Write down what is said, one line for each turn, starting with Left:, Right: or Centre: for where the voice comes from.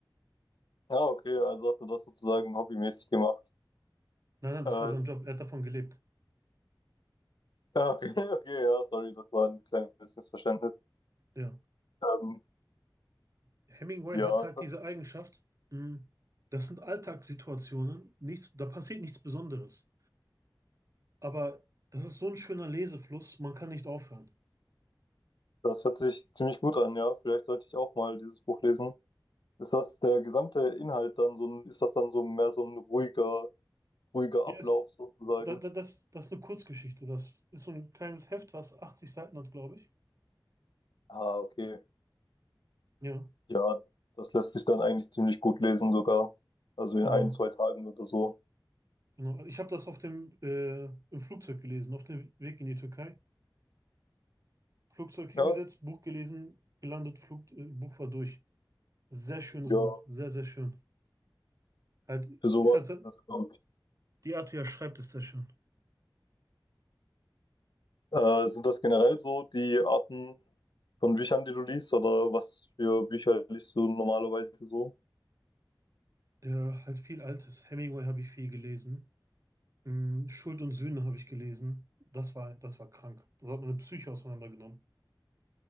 Left: Ah, okay, also hat er das sozusagen hobbymäßig gemacht.
Right: Nein, nein, das
Left: Äh,
Right: war sein
Left: ist...
Right: Job. Er hat davon gelebt.
Left: Ah, okay, <laughs> okay, ja, sorry, das war ein kleines Missverständnis.
Right: Ja.
Left: Ähm,
Right: Hemingway
Left: ja,
Right: hat halt
Left: das,
Right: diese Eigenschaft. mh, Das sind Alltagssituationen. Nichts, da passiert nichts Besonderes. Aber das ist so ein schöner Lesefluss. Man kann nicht aufhören.
Left: das hört sich ziemlich gut an, ja. Vielleicht sollte ich auch mal dieses Buch lesen. Ist das der gesamte Inhalt dann so ein, ist das dann so mehr so ein ruhiger, ruhiger
Right: Ja,
Left: Ablauf
Right: es,
Left: sozusagen?
Right: das, das, das ist eine Kurzgeschichte. Das ist so ein kleines Heft, was 80 Seiten hat, glaube ich.
Left: Ah, okay.
Right: Ja,
Left: Ja, das lässt sich dann eigentlich ziemlich gut lesen sogar. Also in
Right: genau.
Left: ein, zwei Tagen oder so.
Right: Genau. Also Ich habe das auf dem äh, im Flugzeug gelesen, auf dem Weg in die Türkei. Flugzeug hingesetzt,
Left: Ja,
Right: Buch gelesen, gelandet, Flug, äh, Buch war durch. Sehr schönes
Left: ja,
Right: Buch. Sehr, sehr schön. Halt,
Left: für sowas
Right: ist halt, so-
Left: ist das, glaube ich.
Right: Die Art, wie er schreibt, ist sehr schön.
Left: Äh, sind das generell so die Arten von Büchern, die du liest, oder was für Bücher liest du normalerweise so?
Right: ja, halt viel Altes. Hemingway habe ich viel gelesen. Mm, Schuld und Sühne habe ich gelesen. Das war, das war krank. Das hat meine Psyche auseinandergenommen.